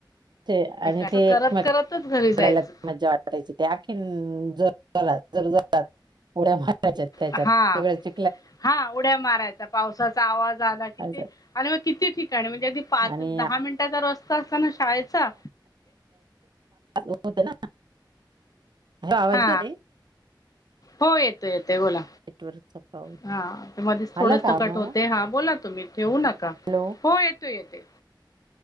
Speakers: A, on the right; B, on the left.
A: ते आणि
B: असं
A: तेडायला
B: करत करतच घरी जायचं.
A: मज्जा वाटायची तेखी ज ्या मारा त्याच्यात
B: हा
A: सगळ च
B: हा उड्या मारायचा पावसाचा आवाज आला किती
A: असं
B: आणि मग किती? म्हणजे अगदी पाच
A: आणि
B: दहा मिनिटाचा रस्ता असता ना शाळेचा
A: होत ना. ह आवाज
B: हा
A: का ते
B: हो येतो येतेय बोला.
A: नेटवर्कचा प्रॉब्लेम
B: हा त्या मध्येच थोडंस
A: आला का आवाज
B: कट होत हा बोला तुम्ही ठेवू नका
A: हॅलो
B: हो येतो येते.